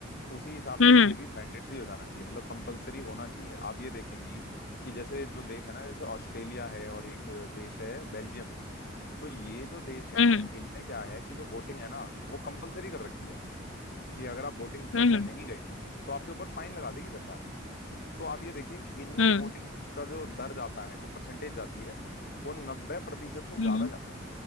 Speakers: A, on the left; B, on the left.
A: उसी हिसाब
B: हम्म
A: से ये भी मैंडेटरी हो जाना चाहिए मतलब कंपलसरी होना चाहिए आप ये देखेंगी कि जैसे जो देश है ना जैसे ऑस्ट्रेलिया है और एक देश है बेल्जियम तो ये जो देश हैं
B: हम्म
A: इनमें क्या है कि जो वोटिंग है ना वो कंपलसरी कर रखी है कि अगर आप वोटिंग करने
B: हम्म हम्म हम्म
A: नहीं गए तो आपके ऊपर फाइन लगा देगी सरकार तो आप ये देखिए कि इनमें
B: हम्म
A: जो
B: हम्म,
A: वोटिंग का जो दर जाता है जो परसेंटेज जाती है वो नब्बे प्रतिशत से
B: हम्म,
A: ज्यादा
B: हम्म।
A: जाता है